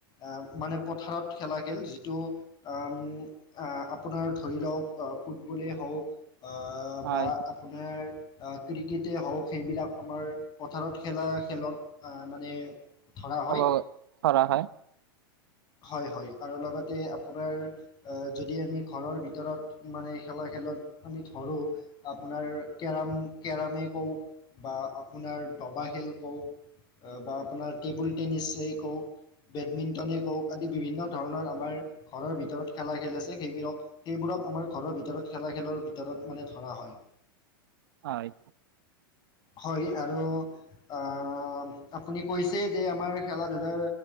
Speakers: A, on the left; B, on the right.
A: অহ মানে পথাৰত খেলা খেল যিটো অহ উম আপোনাৰ ধৰি লওক ফুটবলেই হওক অ
B: হয়
A: বা আপোনাৰ অহ ক্ৰিকেটে হওক সেইবিলাক আমাৰ পথাৰত খেলা খেলক অহ মানে ধৰা হয়।
B: অৱগত ধৰা হয়
A: ‌হয় হয়। আৰু লগতে আপোনাৰ অহ যদি আমি ঘৰৰ ভিতৰত মানে খেলা খেলত আমি ধৰোঁ আপোনাৰ কেৰম কেৰমে কওক বা আপোনাৰ দবা খেল কওক বা আপোনাৰ টেবুল টেনিছেই কওক, বেডমিণ্টনেই কওক আদি বিভিন্ন ধৰণৰ আমাৰ ঘৰৰ ভিতৰত খেলা খেল আছে সেইবোৰক সেইবোৰক আমাৰ ঘৰৰ ভিতৰত খেলা খেলৰ ভিতৰত মানে ধৰা হয়।
B: হয়।
A: হয় আৰু আহ আপুনি কৈছে যে আমাৰ খেলা ধূলাৰ